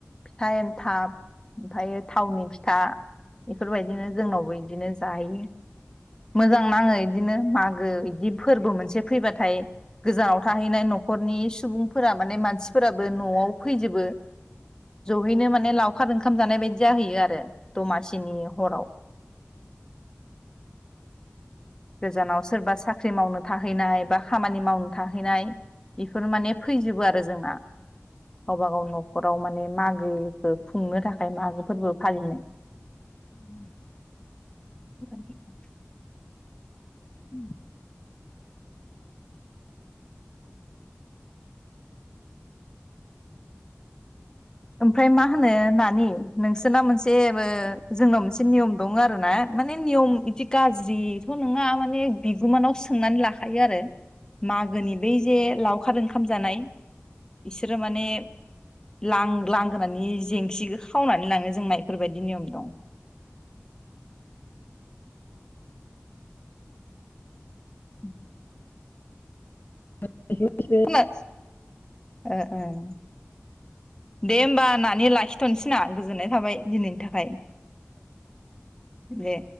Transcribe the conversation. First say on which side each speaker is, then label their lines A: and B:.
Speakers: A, on the left; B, on the left.
A: फिथा एनथाब ओमफायो थावनि था बेफोरबायदिनो जोंनावबोदि बिदिनो जायो मोजां नाङो इदिनो मागो बिदि फोर्बो मोनसे फैबाथाय गोजानाव थाहैनाय नखरनि सुबुंफोरा माने मानसिफोराबो नआव फैजोबो जहैनो माने लावखार ओंखाम जानाय बायदि जाहैयो आरो दमासिनि हराव गोजानाव सोरबा साख्रि मावनो थाहैनाय बा खामानि मावनो थाहैनाय बेफोर माने फैजोबो आरो जोंना गावबा गाव नखराव मान मागोनिखो खुंनो थाखाय मागो फोर्बो फालियो
B: <unintelligible>
A: <unintelligible>
B: उम
A: ओमफाय मा होनो नानि नोंसोरना मोनसे बो जोंनाव मोन मोनसे नियम दं आरोना माने नियम बिदि गाज्रिथ' नङा माने बिगुमानाव सोंनानै लाखायो आरो मागोनि बै जे लावखार ओंखाम जानाय इसोरो माने लां लांगोनानि जेंसिखौ खावनानै लाङो जोंना बेफोरबायदि नियम दं। <inaudible>
B: <unintelligible>
A: खोना ओ अ दे ओमबा नानि लाखि थनसैना गोजोननाय थाबाय दिनैनि थाखाय दे